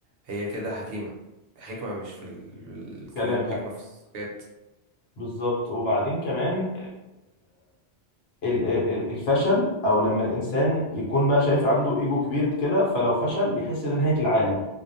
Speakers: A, on the right; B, on the left.
A: هي كده حكيمه الحكمه مش في ال- الكلام
B: كلام
A: الحكمه
B: لا
A: في السكات
B: بالظبط وبعدين كمان ال- ال- الفشل او لما الانسان يكون بقى شايف عنده ايجو كبير كده فلو فشل بيحس ده نهايه العالم